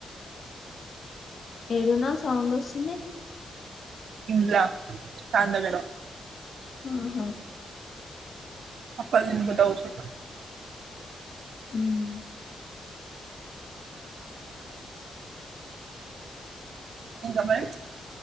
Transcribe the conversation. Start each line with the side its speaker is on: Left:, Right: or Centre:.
Left: ఏడున్నావు సౌండ్ వస్తుంది
Right: ఇంట్ల ఫ్యాన్ దగ్గర
Left: ఆహా
Right: అప్పలు తినుకుంటా కుర్చున్నా
Left: ఉమ్
Right: ఇంకా మరి